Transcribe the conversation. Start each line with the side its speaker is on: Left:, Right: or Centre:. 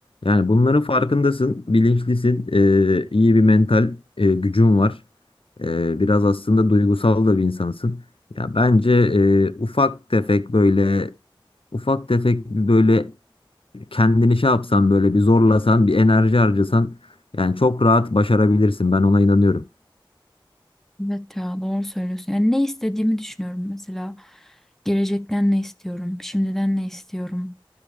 Left: Yani bunların farkındasın, bilinçlisin, ee, iyi bir mental e, gücün var. Ee, biraz aslında duygusal da bir insansın. Ya bence e, ufak tefek böyle ufak tefek bir böyle kendini şey yapsan böyle bir zorlasan, bir enerji harcasan yani çok rahat başarabilirsin. Ben ona inanıyorum.
Centre: Evet ya doğru söylüyorsun. Yani ne istediğimi düşünüyorum mesela. Gelecekten ne istiyorum? Şimdiden ne istiyorum?